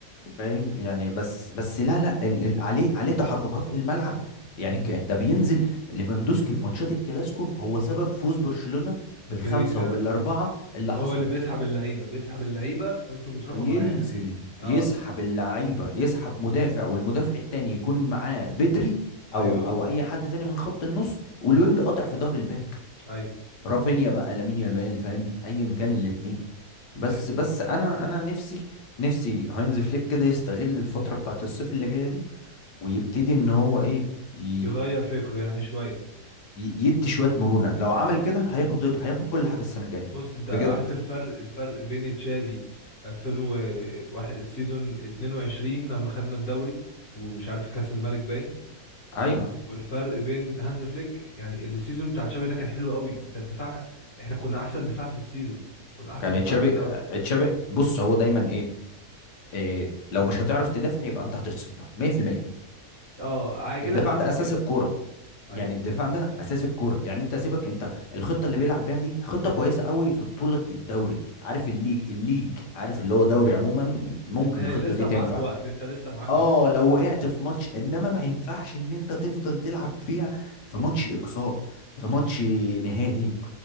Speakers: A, on the left; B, on the left.
A: فاهم يعني بس بس لا لا ال- ال- عليه عليه تحركات في الملعب يعني
B: <laughs> مم.
A: ك- ده بينزل ليفاندوسكي في ماتشات الكلاسيكو هو سبب فوز برشلونة بالخمسة
B: بي
A: وبالأربعة اللي
B: هو
A: حصلت
B: اللي بيسحب اللعيبه بيسحب اللعيبه وانتوا بتروحوا
A: بينزل
B: معاه يعني
A: يسحب
B: اه
A: اللعيبه يسحب مدافع والمدافع التاني يكون معاه بدري
B: ايوه
A: او او اي حد تاني من خط النص والوينج
B: مم.
A: قاطع في ظهر الباك
B: ايوه
A: رافينيا بقى لامين يامال فاهم ايا
B: مم.
A: كان الاثنين بس
B: ايوه
A: بس انا انا نفسي نفسي هاينز فليك كده يستغل الفتره بتاعت الصيف اللي جايه دي ويبتدي ان هو ايه ي...
B: يغير فكره يعني شويه
A: ي- يدي شويه مرونه لو عمل كده هياخد هياخد كل حاجه السنه الجايه
B: بص انت عارف
A: بجد
B: الفرق الفرق بين تشافي 2001 السيزون 22 لما خدنا الدوري ومش عارف كاس الملك باين
A: ايوه
B: والفرق بين هانز فليك يعني السيزون بتاع تشافي ده كان حلو قوي انت الدفاع احنا كنا احسن دفاع في السيزون كنا احسن
A: كان
B: دفاع
A: تشابي
B: في الدوري
A: تشابي بص هو دايما ايه إيه لو مش هتعرف تدافع يبقى انت هتخسر 100%
B: اه عاجلا
A: الدفاع
B: ام
A: ده
B: اجلا
A: اساس الكوره يعني
B: ايوه
A: الدفاع ده اساس الكوره يعني انت سيبك انت الخطه اللي بيلعب بيها دي خطه كويسه قوي في بطوله الدوري عارف الليج الليج عارف اللي
B: مم.
A: هو دوري عموما ممكن
B: ان هي
A: الخطه
B: لسه
A: دي تنفع
B: معاك وقت انت لسه معاك
A: اه
B: وقت
A: لو وقعت في ماتش انما ما ينفعش ان انت تفضل تلعب فيها في ماتش اقصاء في ماتش نهائي